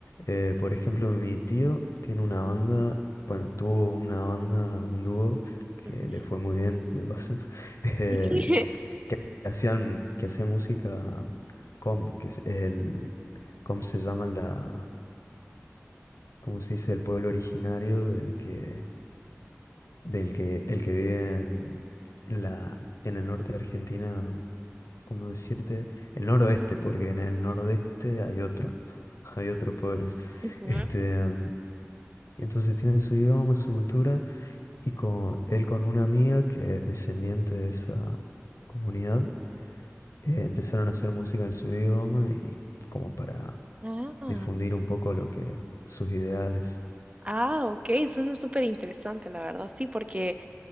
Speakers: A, on the left; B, on the right.
A: Eh, por ejemplo, mi tío tiene una banda, bueno, tuvo una banda, un dúo, que
B: Ujú.
A: le fue muy bien, de paso, <laughs> eh,
B: <laughs>
A: que hacían, que hacían música com, que es el, com se llama la, ¿cómo se dice? El pueblo originario del que del que el que vive en en la, en el norte de Argentina, ¿cómo decirte? El noroeste, porque en el nordeste hay otro, <laughs> hay otros pueblos.
B: Ujú.
A: Este, em, entonces tienen su idioma, su cultura, y con él con una amiga que es descendiente de esa comunidad, eh, empezaron a hacer música en su idioma y como para
B: Ah,
A: difundir un poco lo que sus ideales.
B: ah, ok, suena súper interesante, la verdad, sí, porque